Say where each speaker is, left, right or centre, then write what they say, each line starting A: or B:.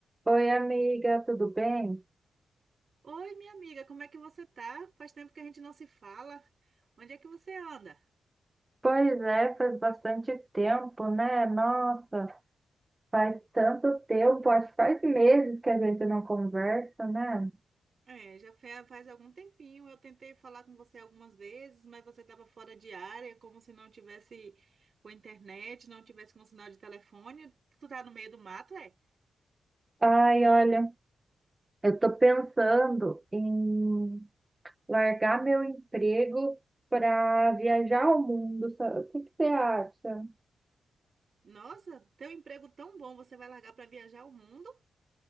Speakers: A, on the right; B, on the right.
A: Oi, amiga, tudo bem?
B: Oi, minha amiga, como é que você tá? Faz tempo que a gente não se fala. Onde é que você anda?
A: Pois é, faz bastante tempo, né? Nossa, faz tanto tempo, acho que faz meses que a gente não conversa, né?
B: É, já fe- faz algum tempinho. Eu tentei falar com você algumas vezes, mas você estava fora de área, como se não tivesse com internet, não tivesse com sinal de telefone. Tu tá no meio do mato, é?
A: Ai, olha, eu tô pensando em largar meu emprego para viajar ao mundo, sabe? O que que você acha?
B: Nossa, teu emprego tão bom, você vai largar para viajar o mundo?